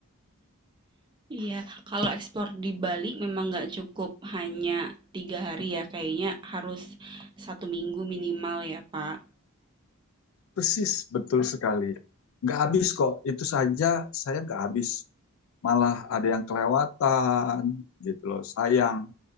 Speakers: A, on the right; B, on the left.
A: Iya, kalau eksplor di Bali memang nggak cukup hanya tiga hari ya, kayaknya harus satu minggu minimal ya Pak.
B: persis betul sekali nggak habis kok itu saja saya nggak habis malah ada yang kelewatan gitu loh sayang